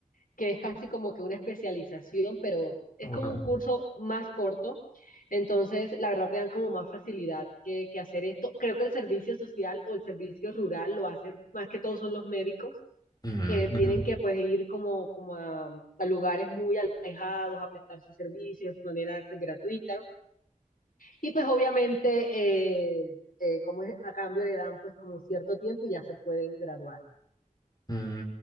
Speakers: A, on the left; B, on the left.
A: que es casi como que una especialización, pero es
B: Wow.
A: como un curso más corto, entonces la verdad te dan como más facilidad que, que hacer esto. Creo que el servicio social o el servicio rural lo hacen más que todos son los médicos
B: Mm,
A: que
B: ujú,
A: tienen que pues ir como, como a, a lugares muy alejados a prestar sus servicios de manera pues, gratuita. Y pues obviamente, eh, eh, como es, a cambio le dan pues como cierto tiempo y ya se pueden graduar.
B: mm,